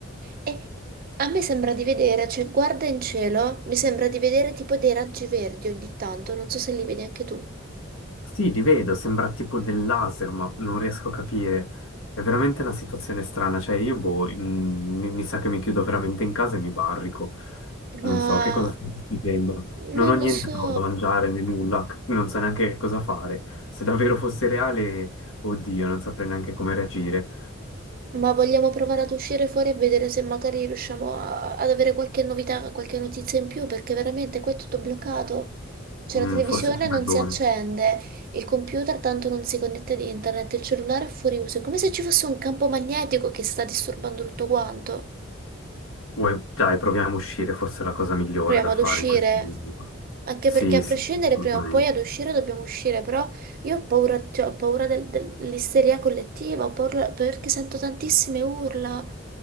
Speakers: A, on the right; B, on the left.
A: E a me sembra di vedere, cioè, guarda in cielo, mi sembra di vedere tipo dei raggi verdi ogni tanto, non so se li vedi anche tu,
B: Sì, li vedo, sembra tipo del laser, ma non riesco a capire. È veramente una situazione strana, cioè io boh, mm, mi, mi sa che mi chiudo veramente in casa e mi barrico. Non
A: ma...
B: so che cosa sto succedendo. Non
A: non
B: ho niente
A: lo so,
B: però da mangiare né nulla, c- non so neanche che cosa fare. Se davvero fosse reale, oddio, non saprei neanche come reagire.
A: Ma vogliamo provare ad uscire fuori e vedere se magari riusciamo a- ad avere qualche novità, qualche notizia in più, perché veramente qua è tutto bloccato. C'è
B: Mm,
A: la televisione,
B: forse c'è ragione.
A: non si accende, il computer tanto non si connette ad internet, il cellulare è fuori uso. È come se ci fosse un campo magnetico che sta disturbando tutto quanto.
B: Vuoi- dai, proviamo a uscire, forse è la cosa migliore
A: Proviamo
B: da
A: ad
B: fare
A: uscire.
B: in questo momento.
A: Anche
B: Sì,
A: perché a
B: sì,
A: prescindere
B: sì, assolutamente.
A: prima o poi ad uscire dobbiamo uscire, però io ho paura, cioè, ho paura del- del- dell'isteria collettiva, ho paura perché sento tantissime urla.